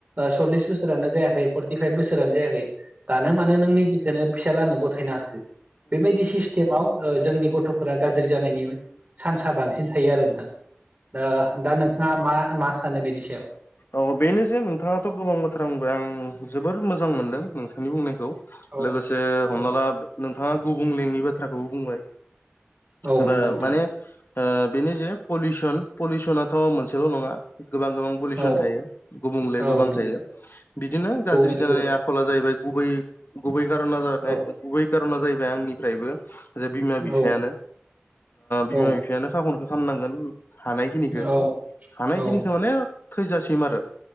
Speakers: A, on the right; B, on the left.
A: सल्लिस बोसोरानो जायाखै फर्टिफाइभ बोसोरानो जायाखै। दानो मानो नों निजेखौोननो फिसालानो गथायनो हाखो। बेबायदि सिस्टेमाव जोंनि गथ'फोरा गाज्रि जानायनि चान्साआ बांसिन थायो आरो नोंथां दा नोंथाङा मा मा सानो बेनि सायाव?
B: औ बेनो जे नोंथाङाथ' गोबां बोथोर बुंबाय आं जोबोर मोजां मोनदों नोंथांनि बुंनायखौ।
A: औ
B: लोगोसे हमना
A: औ
B: ला नोंथाङा गुबुंलेंनि बाथ्राखौबो बुंबाय।
A: औ
B: बबा
A: नंगौ नोंथां
B: माने बेनो जे पलिउसन पलिउसनाथ' मोनसेल' नङा गोबां गोबां पलिउसन
A: औ
B: थायो। गुबुंले
A: औ
B: गोबां
A: नंगौ
B: थायो
A: नोंथां
B: बिदिनो गाज्रि
A: गुबुंले
B: जानायनि
A: गोबां
B: आखला जाहैबाय गुबै गुबै कारना जानाय
A: औ
B: गुबै कार'ना जाहैबाय आंनिफ्रायबो जे बिमा बिफायानो
A: औ
B: बिमा
A: औ
B: बिफायानो साखनखौो खालामाननांगोन। हानायखिनिखौ
A: औ
B: हानायखिनिखौ
A: औ
B: माने थैजासिम आरो।